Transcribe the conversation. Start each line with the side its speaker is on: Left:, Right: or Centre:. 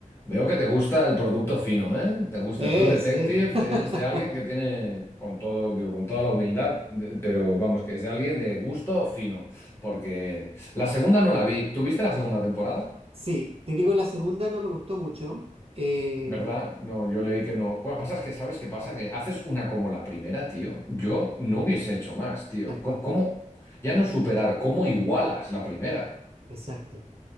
Left: Veo que te gusta el producto fino, ¿eh? Te gusta
Right: Eh,
Left: True Detective,
Right: sí. <laughs>
Left: es de alguien que tiene, con todo, digo, con toda la humildad, eh, pero vamos, que es de alguien de gusto fino, porque la segunda no la vi. ¿Tuviste la segunda temporada?
Right: Sí, te digo, la segunda no me gustó mucho. eh,
Left: ¿Verdad? No, yo leí que no. Bueno, pasa es que, ¿sabes qué pasa? Que haces una como la primera, tío. Yo no hubiese hecho más, tío.
Right: tal cual,
Left: ¿Cómo, cómo- ya no superar, cómo igualas la primera?
Right: exacto.